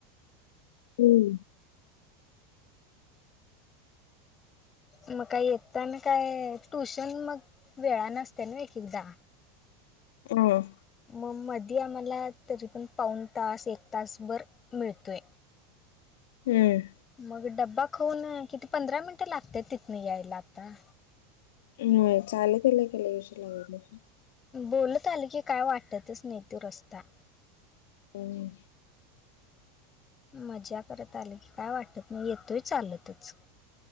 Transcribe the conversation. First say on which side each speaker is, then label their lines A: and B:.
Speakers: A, on the left (about 65°); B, on the left (about 25°).
A: हम्म
B: मग काय येताना काय ट्यूशन मग वेळा न असते ना एक एकदा.
A: हम्म
B: मग मधी आम्हाला तरी पण पाऊन तास एक तासभर मिळतोय.
A: हम्म
B: मग डब्बा खाऊन किती पंधरा मिनिटं लागते तिथनं यायला आता-
A: हो चालु केली की लय उशीर लागत नाही.
B: बोलत आल की काय वाटतच नाही तो रस्ता.
A: हम्
B: मज्जा करत आलंय की काय वाटत नाही येतोय चालतच.